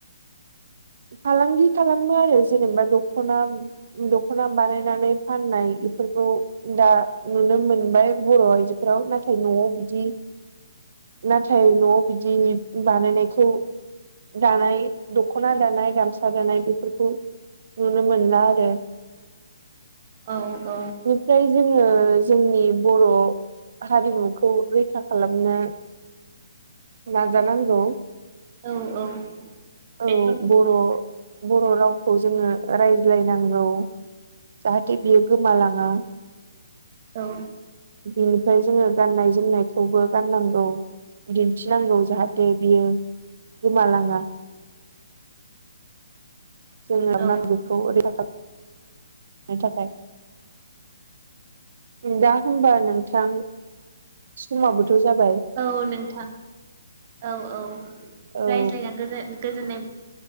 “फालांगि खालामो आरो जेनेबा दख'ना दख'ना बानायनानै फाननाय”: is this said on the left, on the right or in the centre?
Right